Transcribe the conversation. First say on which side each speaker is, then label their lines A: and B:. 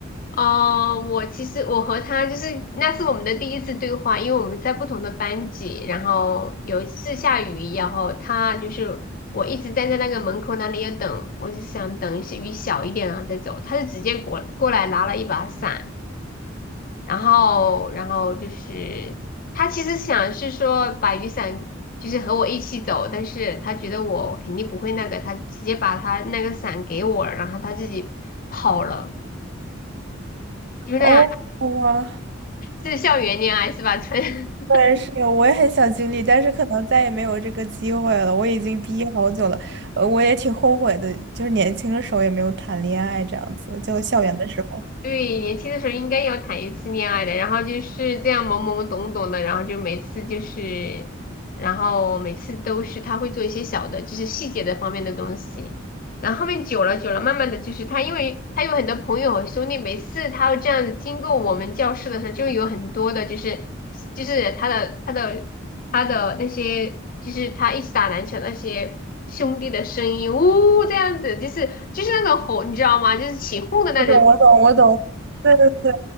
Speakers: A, on the left; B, on the right.
A: 哦，我其实我和他就是那是我们的第一次对话，因为我们在不同的班级，然后有一次下雨，然后他就是我一直站在那个门口那里要等，我就想等一些雨小一点然后再走，他就直接过过来拿了一把伞，然后然后就是他其实想是说把雨伞就是和我一起走，但是他觉得我肯定不会那个，他直接把他那个伞给我了然后他自己跑了，就那样。
B: 哦，哇，
A: 是校园恋爱是吧？<laughs> 纯
B: 对，是有我也很想经历，但是可能再也没有这个机会了。我已经毕业好久了，呃，我也挺后悔的，就是年轻的时候也没有谈恋爱这样子，就校园的时候。
A: 对，年轻的时候应该要谈一次恋爱的，然后就是这样懵懵懂懂的，然后就每次就是，然后每次都是他会做一些小的，就是细节的方面的东西，然后后面久了久了，慢慢的就是他，因为他有很多朋友和兄弟，每次他这样子经过我们教室的时候，就有很多的，就是就是他的他的他的那些，就是他一起打篮球那些兄弟的声音，呜，这样子，就是就是那种吼，你知道吗？就是起哄的那种。
B: 我懂，我懂，我懂，对对对